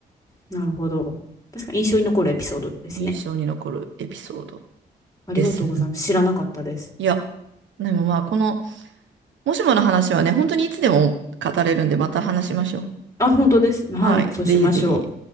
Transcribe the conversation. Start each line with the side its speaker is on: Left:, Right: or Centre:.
Left: なるほど。確かに印象に残るエピソードですね。
Right: 印象に残るエピソード
Left: ありがとうございます。
Right: です。
Left: 知らなかったです。
Right: いや、でもまあ、この、もしもの話はね、本当にいつでも語れるんで、また話しましょう。
Left: あ、本当です。はい、
Right: はい、
Left: そうしましょう。
Right: ぜひぜひ。